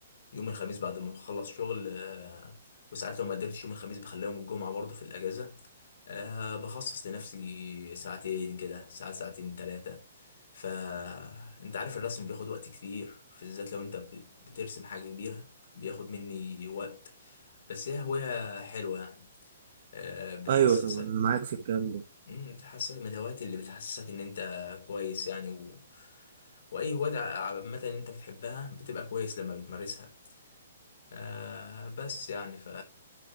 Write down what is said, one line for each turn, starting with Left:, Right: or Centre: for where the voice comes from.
Left: يوم الخميس بعد ما بخلص شغل آه، وساعات لو ما قدرتش يوم الخميس بخليهم الجمعة برضه في الأجازة آه، بخصص لنفسي ساعتين كده ساعة ساعتين تلاتة فأنت عارف الرسم بياخد وقت كتير في بالذات لو أنت بت- بترسم حاجة كبيرة بياخد مني وقت بس هي هواية حلوة يعني آه، بتحسسك
Right: ايوه طبعا انا معاك في الكلام ده
Left: مم، بتحسسك من الهوايات اللي بتحسسك إن أنت كويس يعني و... وأي هواية عامة أنت بتحبها بتبقى كويس لما بتمارسها آه بس يعني ف